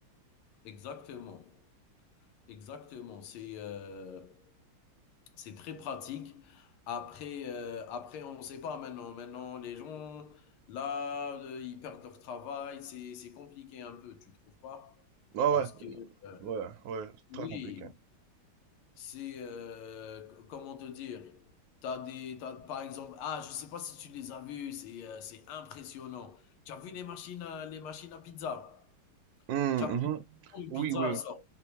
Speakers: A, on the left; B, on the right.
A: Exactement, exactement. C'est euh, C'est très pratique. Après, euh, après, on ne sait pas maintenant. Maintenant, les gens, là, euh, ils perdent leur travail. C'est, c'est compliqué un peu, tu trouves pas?
B: Ah
A: Parce
B: ouais,
A: que, euh,
B: ouais, ouais,
A: oui,
B: très compliqué.
A: c'est, euh, comment te dire? T'as des, t'as, par exemple, ah, je sais pas si tu les as vus, c'est, euh, c'est impressionnant. Tu as vu les machines à, les machines à pizza?
B: Hum,
A: Tu as pris
B: mhm.
A: une
B: Oui,
A: pizza,
B: oui,
A: elle sort.